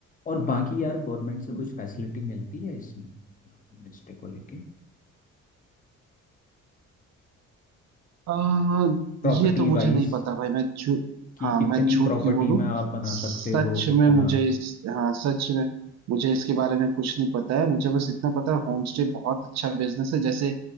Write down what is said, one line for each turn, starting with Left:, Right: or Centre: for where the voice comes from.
Left: और बाकी यार गवर्नमेंट से कुछ फैसिलिटी मिलती है इसमें होमस्टे को लेके
Right: आ,
Left: प्रॉपर्टी
Right: ये तो मुझे
Left: वाइज
Right: नहीं पता भाई मैं झू
Left: कि
Right: हाँ
Left: इतनी
Right: मैं झूठ
Left: प्रॉपर्टी
Right: क्यों बोलूं
Left: में आप बना
Right: सच
Left: सकते हो उतना
Right: में मुझे इस हाँ सच में मुझे इसके बारे में कुछ नहीं पता है मुझे बस इतना पता है होम स्टे बहुत अच्छा बिजनेस है जैसे